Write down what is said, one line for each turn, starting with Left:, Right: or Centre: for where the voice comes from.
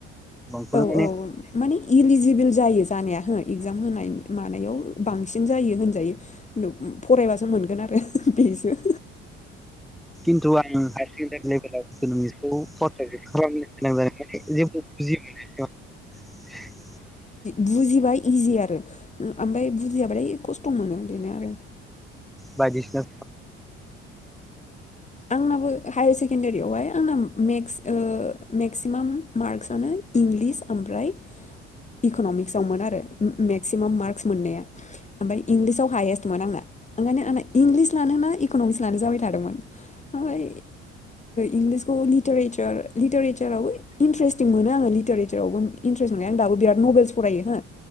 Centre: गोबांखौनो
Left: औ
Centre: माने
Left: औ माने इलिजिबोल जायो जानाया इजाम होनाय मानायाव बांसिन जायो होनजायो फरायबासो मोनगोन आरो बेजों
Centre: खिन्थु आं हायार सेकेणडारि लेभेलाव <unintelligible> खौ खालामनो गोनां जादों जे <unintelligible>
Left: बुजिबाय इजि आरो ओमफ्राय बुजियाबालाय खस्थ' मोनो बेनो आरो
Centre: बादिसिना
Left: आंनाबो हायार सेकेडारियावहाय आंना मक्स मेक्सिमाम मार्क्सनो इंलिस ओमफ्राय इक'न'मिक्स आवमोन आरो मेक्सिमाम मार्क मोननाया ओमफ्राय इंलिसाव हायेस्ट दंमोन आंना <unintelligible> इंलिस लानो ना इकन'मिस लानो जाबाय <unintelligible> दोंमोन ओमफ्राय इंलिसखौ लिटारेचार आबो इन्टारेस्टिं मोनो आङो लिटारेचार आबो इन्टारेस्टि मोनो आं दाबो बिराद नभेलस फरायो हो